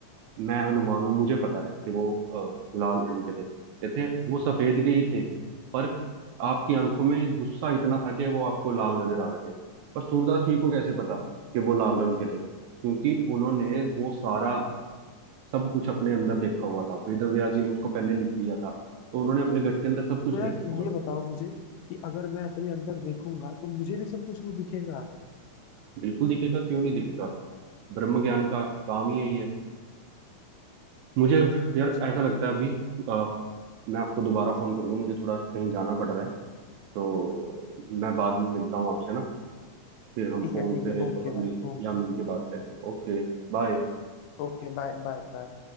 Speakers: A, on the right; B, on the left.
A: मैं हनुमान हूँ मुझे पता है कि वो अ, लाल रंग के थे कहते हैं वो सफेद के ही थे पर आपकी आंखों में गुस्सा इतना था कि वो आपको लाल नजर आ रहे थे पर सूरदास जी को कैसे पता कि वो लाल रंग के थे क्योंकि उन्होंने वो सारा सब कुछ अपने अंदर देखा हुआ था वेदव्यास जी ने उसको पहले लिख दिया था तो उन्होंने अपने घट के अंदर सब कुछ
B: तो
A: देखा
B: यार
A: हुआ
B: ये
A: था
B: बताओ मुझे कि अगर मैं अपने अंदर देखूंगा तो मुझे भी सब कुछ वो दिखेगा
A: बिल्कुल दिखेगा क्यों नहीं दिखेगा ब्रह्म ज्ञान का काम ही यही है मुझे यार
B: अच्छा
A: ऐसा लगता है अभी अ, मैं आपको दोबारा फोन करूंगा मुझे थोड़ा कहीं जाना पड़ रहा है तो मैं बाद में मिलता हूँ आपसे ना फिर हम
B: ठीक
A: फोन
B: है ठीक
A: पे
B: है ओके भाई
A: मिल
B: okay
A: या मिल के बात करेंगे Okay bye
B: Okay bye bye bye